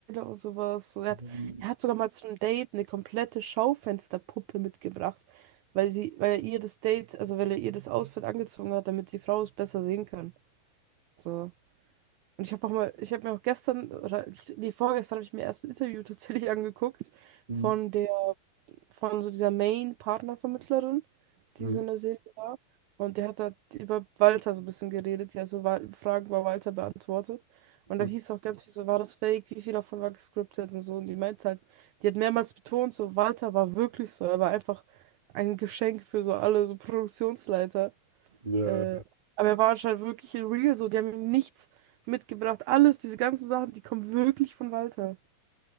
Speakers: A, on the right; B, on the right.
A: und sowas. So, er
B: Mhm.
A: hat, er hat sogar mal zu einem Date eine komplette Schaufensterpuppe mitgebracht, weil sie, weil er ihr das Date, also weil er ihr das Outfit angezogen hat, damit die Frau es besser sehen kann. So. Und ich habe auch mal, ich habe mir auch gestern, oder ich- nee, vorgestern habe ich mir erst ein Interview <laughs> tatsächlich angeguckt
B: Mhm.
A: von der von so dieser Main-Partnervermittlerin,
B: Mhm.
A: die so in der Serie war. Und die hat halt über Walter so ein bisschen geredet. Die hat so Wa- Fragen bei Walter beantwortet.
B: Mhm.
A: Und da hieß auch ganz viel so, war das fake? Wie viel davon war gescriptet und so. Und die meint halt, die hat mehrmals betont, so Walter war wirklich so. Er war einfach ein Geschenk für so alle, so Produktionsleiter.
B: Ja,
A: Äh, aber er war anscheinend wirklich in real so. Die haben ihm nichts mitgebracht. Alles, diese ganzen Sachen, die kommen wirklich von Walter.